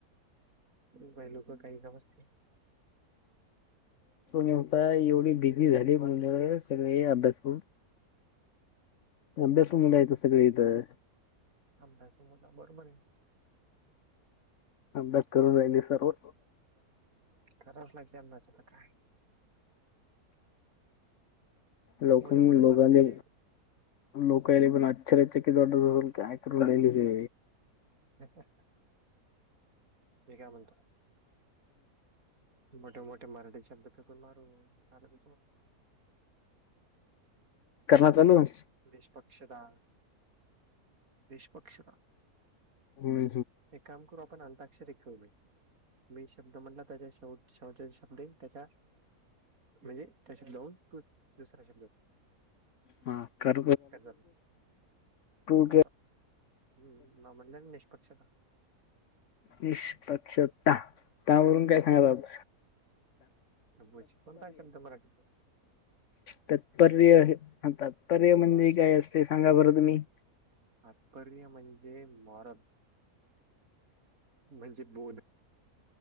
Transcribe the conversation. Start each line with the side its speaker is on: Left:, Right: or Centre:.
Right: बाय लोक काही समजतील
Left: नवता एवढी बिगी झाली म्हण सगळे अभ्यास करून अभ्यासमला येत सगळे इथं
Right: आम भसो मोठा बरोबर आहे
Left: अभ्यास करून राहिले सर्व
Right: कराच लागते अंदसाला काय
Left: लवकरां
Right: मोठे मोठे
Left: लोकने
Right: मराठ्याचे
Left: लोकय बण अचर चकी दोडयडले
Right: ह म काय म्हणतो मोठे मोठे मराठी शब्द पकून मार आलाप
Left: ता न
Right: निष्पक्षता निष्पक्षता
Left: होम
Right: एक काम करू आपण अंताक्षरी खेळू मी शब्द म्हणला त्याच्या शेवट श शब्द त्याच्या म्हणजे त्या शब्दन तू दुसरा शब्द
Left: हा कर
Right: काय झालं
Left: तू
Right: करतो ह् म्हणल्या निष्पक्षता
Left: निष्पक्षता त्यावररून काय सांग आप
Right: बशी कोणतायच मराठीच
Left: तातपर्य तात्पर्य
Right: बर
Left: म्हंदि काय असते सांगा बरं तुम्ही
Right: तात्पर्य म्हणजे मरद म्हणजे बोध